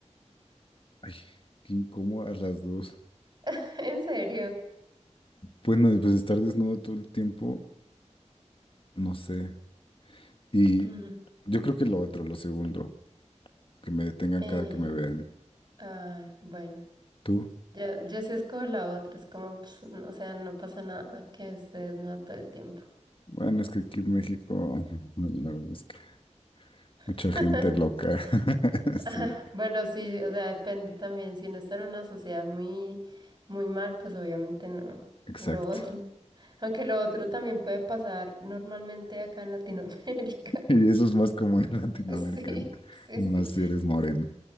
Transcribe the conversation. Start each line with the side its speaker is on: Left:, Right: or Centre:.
Left: Ay, qué incómodo a las dos.
Right: <laughs> ¿En serio?
Left: Bueno, pues estar desnudo todo el tiempo, no sé. Y
Right: Mm.
Left: yo creo que lo otro, lo segundo, que me detengan
Right: Eh,
Left: cada que me vean.
Right: Ay, bueno,
Left: ¿Tú?
Right: yo, yo sí escojo la otra, es como, pues, no- o sea, no pasa nada que esté desnuda todo el tiempo.
Left: Bueno, es que aquí en México, <laughs> la verdad es que
Right: <laughs>
Left: mucha gente loca. <laughs> Sí,
Right: Ajá, Bueno, sí, o sea, depende también. Si uno está en una sociedad muy, muy mal, pues obviamente no.
Left: exacto.
Right: Lo otro. <laughs> Aunque lo otro también puede pasar normalmente acá en Latinoamérica.
Left: Y
Right: <laughs>
Left: eso es más común en Latinoamérica,
Right: Sí,
Left: ¿no?
Right: sí,
Left: Más
Right: sí.
Left: si eres moreno.